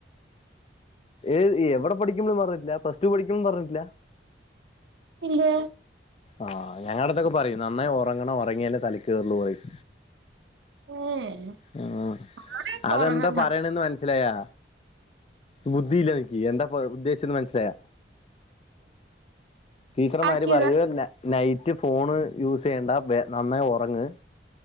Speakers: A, on the left; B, on the right.
A: ഏ എവിടെ പഠിക്കുമ്പോ പറഞ്ഞട്ടില്ല പ്ലസ്ടു പഠിക്ക് പറഞ്ഞിട്ടില്ല
B: ഇല്ല
A: ആഹ ഞങ്ങള അടുത്തൊക്കെ പറയും നന്നായി ഉറങ്ങണം ഉറങ്ങിയാലേ തലക്ക് ഇതൊന്നും പറയും
B: ഏഹ്
A: ആ
B: ആരൊക്കെ
A: അതെന്താ
B: ഉറങ്ങത്താ
A: പറയണന്ന് മനസ്സിലായാ ബുദ്ധിയില്ല എന്താന്ന് ഉദ്ദേശംന്ന് മനസ്സിലായ ടീച്ചർമാര്
B: ആക്കിയതാ
A: പറയല്ല നൈറ്റ് ഫോണ് യൂസ് ചെയ്യണ്ട നന്നായി ഉറങ്ങ്